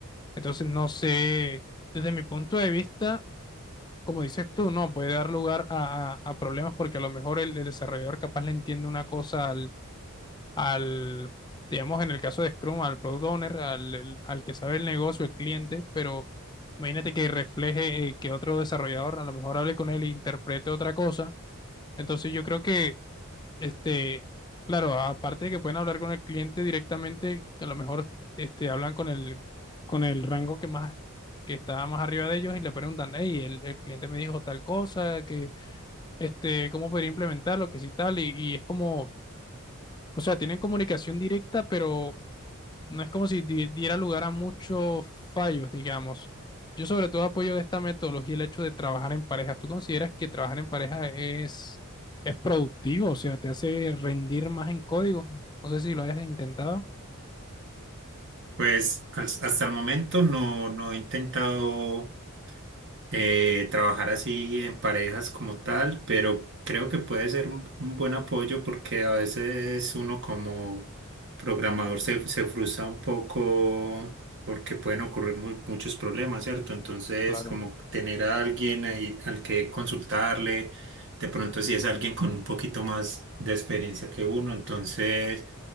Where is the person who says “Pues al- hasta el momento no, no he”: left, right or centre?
Right